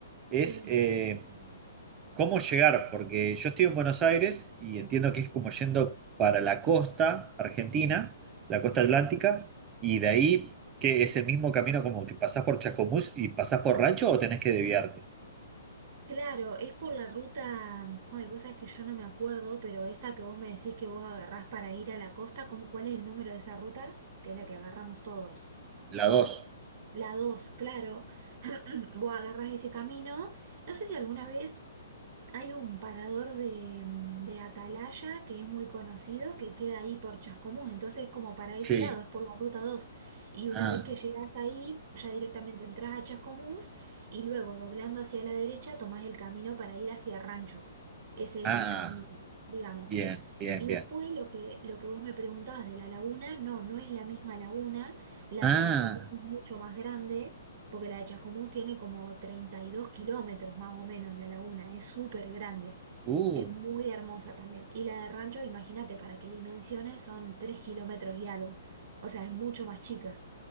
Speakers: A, on the right; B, on the right.
A: Sí.
B: es... eh, ¿Cómo llegar? Porque yo estoy en Buenos Aires y entiendo que es como yendo para la costa argentina, la costa atlántica, y de ahí que es el mismo camino como que pasás por Chascomús y pasás por Rancho o tenés que desviarte.
A: Claro, es por la ruta, ay, vos sabés que yo no me acuerdo, pero esta que vos me decís que vos agarrás para ir a la costa, ¿cómo, cuál es el número de esa ruta? Que es la que agarramos todos.
B: La dos.
A: La dos claro. <clears throat> Vos agarrás ese camino. No sé si alguna vez hay un parador de, mm, de Atalaya que es muy conocido, que queda ahí por Chascomús. Entonces, como para ese
B: Sí.
A: lado, es por la ruta dos Y una
B: Ah,
A: vez que llegas ahí, ya directamente entras a Chascomús y luego, doblando hacia la derecha, tomás el camino para ir hacia Ranchos. Ese
B: ah,
A: es el camino,
B: ah.
A: digamos.
B: Bien, bien,
A: Y
B: bien.
A: después lo que, lo que vos me preguntabas de la laguna, no, no es la misma laguna, la
B: Ah,
A: de Chascomús es mucho más grande, porque la de Chascomús tiene como 32 kilómetros más o menos la laguna, es súper grande,
B: uh.
A: es muy hermosa también. Y la de Rancho, imagínate para qué dimensiones, son 3 kilómetros y algo, o sea, es mucho más chica.